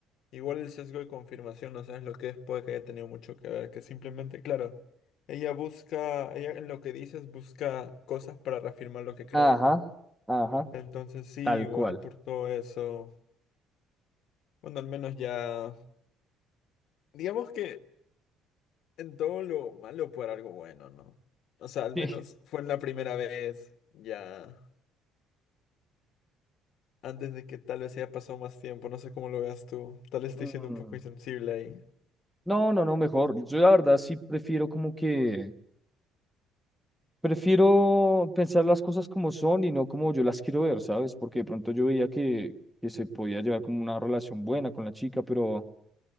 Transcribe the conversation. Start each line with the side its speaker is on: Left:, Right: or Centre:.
Left: Igual el sesgo de confirmación, no sabes lo que es, puede que haya tenido mucho que ver, que simplemente, claro, ella busca, ella en lo que dices busca cosas para reafirmar lo que cree.
Centre: Ajá, ajá,
Left: Entonces sí,
Centre: tal
Left: igual
Centre: cual.
Left: por todo eso, bueno, al menos ya, digamos que en todo lo malo por algo bueno, ¿no? O sea, al
Centre: <laughs>
Left: menos fue en la primera vez, ya, antes de que tal vez haya pasado más tiempo, no sé cómo lo veas tú, tal vez estoy
Centre: Sí.
Left: siendo un
Centre: Mm,
Left: poco insensible ahí.
Centre: No, no, no, mejor. Yo la verdad sí prefiero como que, prefiero pensar las cosas como son y no como yo las quiero ver, ¿sabes? Porque de pronto yo veía que, que se podía llevar como una relación buena con la chica, pero...